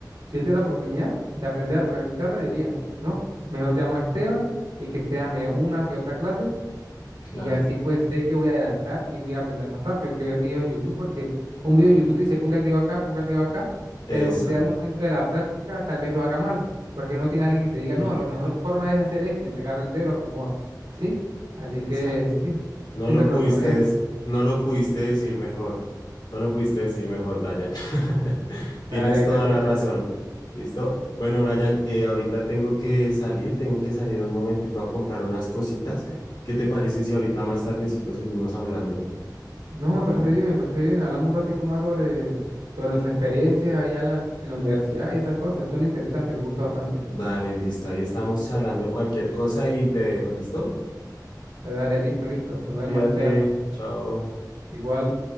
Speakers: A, on the right; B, on the left.
A: Si yo tuviera la oportunidad de aprender a tocar guitarra, diría, no, mejor llamo a Esteban y que Esteban me dé una que otra clase
B: claro.
A: y así pues sé que voy a adelantar y voy a aprender más rápido que ver videos en YouTube, porque un video de YouTube te dice ponga el dedo acá, ponga el dedo acá,
B: Exacto.
A: pero usted al momento de la práctica tal vez lo haga mal, porque no tiene alguien que te
B: ujú,
A: diga, no, la mejor forma es hacer esto y te agarra el dedo y lo acomoda. ¿Sí? Así
B: Exacto.
A: que sí,
B: No
A: siento
B: lo
A: que
B: pudiste,
A: lo mejor es
B: des-
A: eso.
B: no lo pudiste decir mejor. No lo pudiste decir mejor, Brian. <laughs> Tienes
A: Dale, gracias,
B: toda la
A: gracias.
B: razón. ¿Listo? Bueno, Brian, eh, ahorita tengo que salir, tengo que salir un momentico a comprar unas cositas. ¿Qué te parece si ahorita más tardecito seguimos hablando?
A: No, me parece bien, me parece bien. Hablamos un ratico más sobre, sobre nuestras experiencias allá en la, en la universidad y esas cosas. Son interesantes, me gusta bastante.
B: Dale, listo. Ahí estamos charlando cualquier cosa y te dejo, ¿listo?
A: Dale, dale, listo, listo. Nos vemos,
B: Cuídate.
A: Esteban.
B: Chao.
A: Igual.